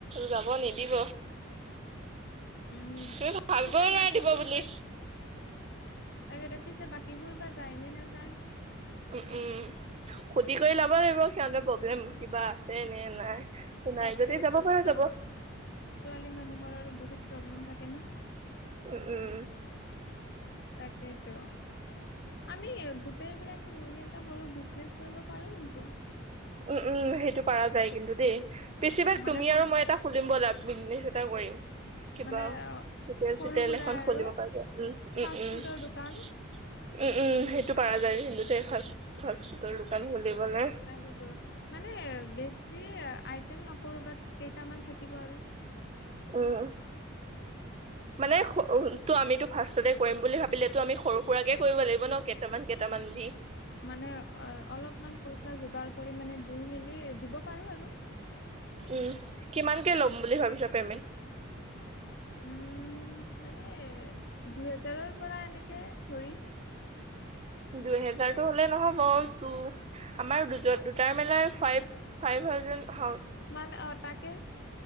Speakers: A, on the right (about 30°); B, on the left (about 55°).
A: যাব নিদিব।
B: উম
A: তুমি ভাবিবই
B: পিছে
A: নোৱাৰা
B: বাকীবোৰ
A: দিব বুলি।
B: বা তাকেতো, পিছে বাকীবোৰ বা যায় নে নাযায়।
A: উম উম সুধি কৰি লব লাগিব সিহঁতৰ প্ৰব্লেম কিবা আছে নে নাই।
B: তাকেইতো
A: নাই যদি যাব পৰা
B: প্ৰ-
A: যাব।
B: ছোৱালী মানুহৰ আৰু বহুত প্ৰব্লেম থাকে ন।
A: উ উম।
B: তাকেতো। আমি গোটেই বিলাকে মিলি এটা সৰু বিজনেচ কৰিব পাৰো কিন্তু।
A: উম উম সেইটো পৰা কিন্তু দেই, বেছিভাগ
B: মানে
A: তুমি
B: সৰু
A: আৰু মই এটা খুলিম বলা বিজনেছ এটা কৰিম। কিবা
B: মানে
A: হোটেল-চোটেল
B: সৰু সুৰা
A: এখন
B: আৰু
A: খুলিব পৰা যায়, উম
B: ফাষ্ট
A: উম উম।
B: ফুডৰ দোকান
A: উম উম সেইটো পাৰা যায় কিন্তু দেই ফাষ্ট ফাষ্ট ফুটৰ দোকান খুলিবলৈ।
B: তাকেইতো মানে বেছি আইটেম নকৰো বাত কেইটামান থাকিব আৰু।
A: উম।
B: <inaudible>
A: মানে <unintelligible> তো আমিতো ফাৰ্ষ্টতে কৰিম বুলি ভাবিলেতো আমি সৰু সুৰাকে কৰিব লাগিব ন কেইটামান কেইটামান দি।
B: মানে অলপমান পইচা যোগাৰ কৰি মানে, ‌ ধুই মেলি দিব পাৰোঁ আৰু
A: উম্ কিমানকে ল'ম বুলি ভাবিছা পেমেণ্ট?
B: উম্ মানে দুই হেজাৰৰ পৰা এনেকে ধৰি।
A: দুই হেজাৰটো তো হ'লে নহব টো। আমাৰ দুজ দুটাৰ মেলাই ফাইভ ফাইভ থাউজে
B: মানে অ' তাকে